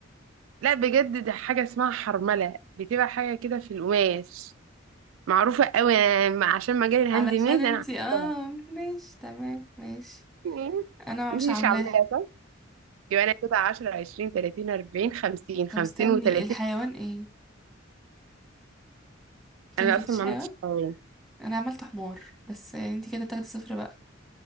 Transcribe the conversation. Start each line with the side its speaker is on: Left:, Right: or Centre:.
Right: لا بجد ده حاجة اسمها حرملة بتبقى حاجة كده في القماش معروفة قوي أنا- عشان مجال الهاند
Centre: علشان
Right: ميد
Centre: انتي
Right: أنا
Centre: اه
Right: عارفاها
Centre: ماشي تمام ماشي
Right: <laughs>
Centre: انا
Right: انتي
Centre: مش عاملاها
Right: مش عاملاها صح؟ يبقى أنا كده 10 20 30 40 50
Centre: طب
Right: 50
Centre: استني
Right: و30
Centre: الحيوان ايه انت
Right: أنا
Centre: كتبتيش
Right: أصلا ما
Centre: حيوان
Right: عملتش حاجة
Centre: انا عملت حمار بس يعني انت كده تاخدي صفر بقى